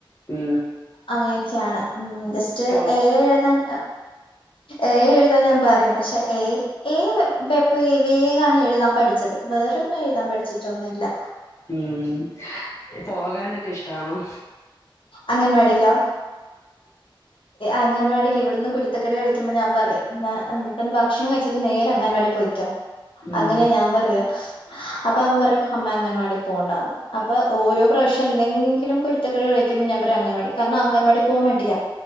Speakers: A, on the left; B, on the left.
A: ഉം
B: അങ്ങനെയൊക്കെയാണ് ഉം ജസ്റ്റ്
A: പോ
B: ഏ എഴുതാൻ ഏ എഴുതാൻ ഞാൻ പ റിം പക്ഷെ ഏ ഏ വപ്പ വേഗണ് എഴുതാൻ പഠിച്ചത് വേറൊന്നും എഴുതാ പഠ്ച്ചിട്ടൊന്നുല്ല
A: ഉം ക്കെ പോകാനൊക്കെ ഇഷ്ടാണൊ
B: അംഗൻവാടിയിലൊ അംഗൻവാടീല് ഇവിടുന്ന് കുര്ത്തക്കെട് കളിക്ക്മ്പ ഞാൻ പറയും ഇവിടുന്ന് ഭക്ഷണം കഴ്ച്ചിട്ട് നേരെ അംഗൻവാടി പൊയ്ക്കൊ
A: ഉം
B: അങ്ങനെ ഞാൻ പറയ അപ്പൊ അവൻ പറയും അമ്മെ അംഗൻവാടി പോണ്ടാന്ന് അപ്പൊ ഓരോ പ്രാവശ്യം എന്തെങ്കിലും കുര്ത്തക്കട് കളിക്കുമ്പ ഞാൻ പറയും അംഗൻവാടി. കാരണം അംഗൻവാടി പോവ മടിയ.